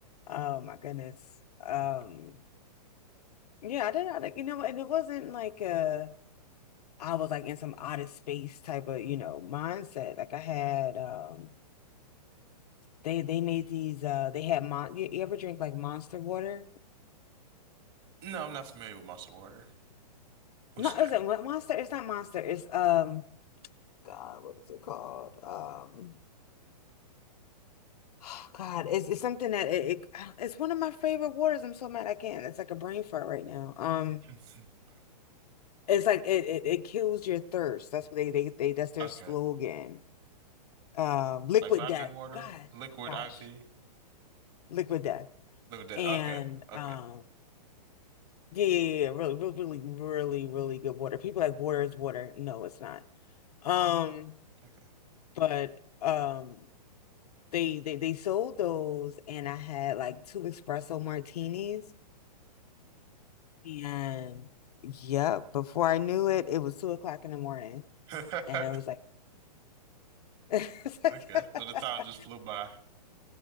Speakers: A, on the left; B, on the right.
A: Oh my goodness. Um,
B: <laughs>
A: yeah, I didn't, I didn't- you know, and it wasn't like uh I was like in some outer space type of, you know, mindset. Like I had
B: Yes.
A: um they they made these uh they had mon you, you ever drink like Monster water?
B: No, I'm not familiar with muscle water. What's
A: No,
B: that?
A: is it Monster? It's not Monster. It's um God, what is it called? Um <sighs> Oh, God, it's, it's something that it, it <sighs> it's one of my favorite waters. I'm so mad I can't. It's like a brain fart right now. Um,
B: <laughs>
A: it's like it it, it kills your thirst. That's what they, they they that's their
B: Okay.
A: slogan. Um, liquid
B: Like vitamin
A: death.
B: water,
A: Gosh,
B: liquid
A: gosh,
B: IV.
A: liquid death.
B: Live Living Dead.
A: And
B: Okay. Okay.
A: um, yeah, yeah, yeah, really, really, really, really, really good water. People like water is water. No, it's not. Um,
B: Okay.
A: but um, they they they sold those, and I had like two espresso martinis. And yeah, before I knew it, it was two o'clock in the morning.
B: Oh.
A: And
B: <laughs>
A: it was like, <laughs> it's like-
B: Okay.
A: <laughs>
B: So the time just flew by.